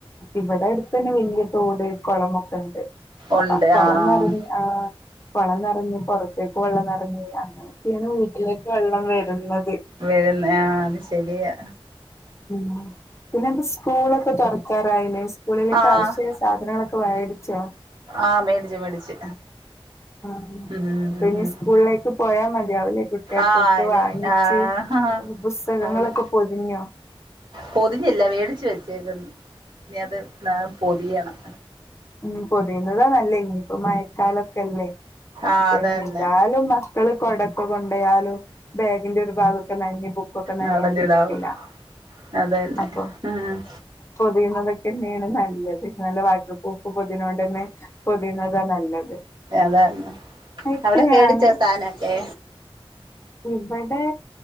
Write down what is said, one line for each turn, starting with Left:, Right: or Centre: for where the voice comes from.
Left: ഇവിടെ അടുത്ത് തന്നെ വലിയ തോട് കുളമൊക്കെ ഉണ്ട്
Right: ഉണ്ട്
Left: അപ്പൊ കൊളന്നറിഞ്ഞ
Right: ആഹ്
Left: ആ കൊള്ളം നിറഞ്ഞ് പുറത്തേക്ക് വെള്ളം നിറഞ്ഞ് അങ്ങനെയൊക്കെയാണ് വീട്ടിലേക്ക് വെള്ളം വരുന്നത്
Right: വരുന്ന ആ അത് ശെരിയാ
Left: ഉ പിന്നെ എന്ത സ്കൂളൊക്കെ തുറക്കാറായില്ലേ സ്കൂളിലക്കെ
Right: ആഹ്
Left: ആവശ്യ സാധനങ്ങളൊക്കെ വാടിച്ചോ
Right: ആഹ് മേടിച്ച് മേടിച്ച്
Left: ആ
Right: ഉം
Left: അപ്പൊ ഇനി സ്കൂളിലേക്ക് പോയാ മതിയാവൂല്ലേ കുട്ടികൾക്കൊക്കെ
Right: ആഹ് ഇനി
Left: വാങ്ങിച്ച്
Right: ആഹ്
Left: പുസ്തകങ്ങളൊക്കെ
Right: ആന്ന്
Left: പൊതിഞ്ഞോ
Right: പൊതിഞ്ഞില്ല മേടിച്ച വെച്ചേക്കന്ന് ഇനി അത് ഏ പൊതിയയണം
Left: ഉ പൊതിയുന്നതാ നല്ലേ ഇനിയിപ്പോ മഴക്കാലൊക്കെല്ലേ
Right: ആഹ്
Left: അപ്പൊ
Right: അതന്നെ
Left: ഇനി എന്താലും കള് കൊടക്ക കൊണ്ടയാലും ബാഗിന്റെ ഒരു ഭാഗൊക്കെ നനഞ് അപ്പൊക്കെ നനയാതിരിക്കില്ല
Right: നടഞ്ഞിടാവൂ അതന്നെ
Left: അപ്പൊ
Right: ഉം
Left: പൊതിയുന്നതൊക്കെന്നെണ് നല്ലത് നല്ല വാട്ടർ പ്രൂഫ് പൊതിനോഡന്നെ പൊതിയുന്നതാ നല്ലത്
Right: അതന്നെ
Left: ഇപ്പൊ
Right: അവിടെ
Left: ഞാന്
Right: മേടിച്ചോ സാധനൊക്കെ
Left: ഇവിടെ